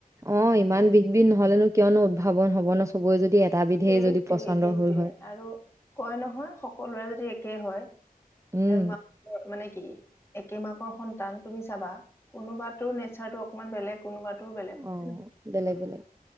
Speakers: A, on the right; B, on the left.
A: অ ইমান বিষ বিষ নহ'লেনো কিয়নো উদ্ভাৱন হব ন চবৰে যদি। এটা বিধেই
B: সেইটোৱে
A: যদি পচন্দৰ
B: সেইটোৱে
A: হ'ল হয়।
B: আৰু কয় নহয় সকলোৰে যদি একে হয়
A: উম,
B: ম মানে একে মাকৰ সন্তান তুমি চাবা কোনোবাতো নেচাৰটো অকনমান বেলেগ কোনোবাতোৰ বেলেগ হয়
A: অ বেলেগ বেলেগ